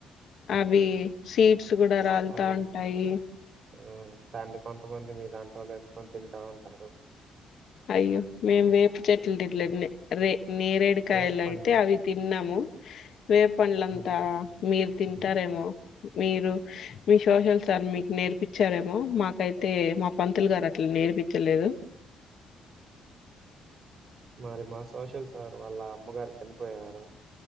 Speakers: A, on the left (about 65°); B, on the right (about 50°).
A: అవి సిడ్స్ కూడా రాల్తంటాయి
B: అవి ఉమ్ దాన్ని కొంతమంది మీలాంటోలు ఎత్తుకొని తింటా ఉంటారు
A: అయ్యో మేం వేప చెట్లు <unintelligible> రే నేరేడుకాయలు
B: వేప పండ్లు
A: అయితే అవి తిన్నాము వేప పండ్లంతా
B: ఉమ్
A: మీరు తింటారేమో మీరు మీ సోషల్ సార్ మీకు నేర్పిచారేమో మాకైతే మా పంతులు గారు అట్లా నేర్పిచలేదు
B: మరి మా సోషల్ సార్ వాళ్ళ అమ్మగారు చనిపోయారు